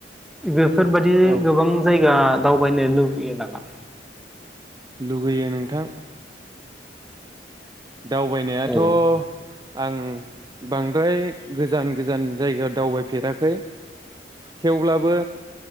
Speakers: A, in the centre; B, on the right.
A: बेफोरबादि
B: औ
A: गोबां जायगा दावबायनो लुबैयो नामा?
B: लुगैयो नोंथां दावबायनायाथ
A: औ
B: आं बांद्राय गोजान गोजान जायगायाव दावबायफेराखै थेवब्लाबो